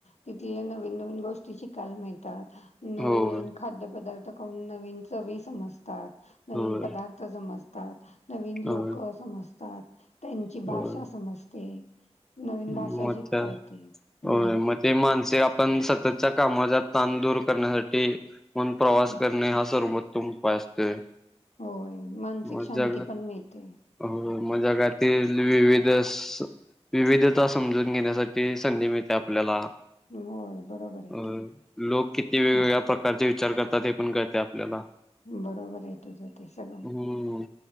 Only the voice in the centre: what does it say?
होय
होय
होय
होय
मग
त्या
होय मग ते माणसे आपण सततच्या कामाचा ताण दूर करण्यासाठी पण प्रवास
करणे हा सर्वोत्तम उपाय असतोय.
मग
जग
हो म जगातील विविधस, विविध भाषा समजून घेण्यासाठी संधी मिळते आपल्याला.
अ
लोक किती वेगवेगळा
प्र प्रकारचे विचार करतात, हे पण कळते आपल्याला.
हम्म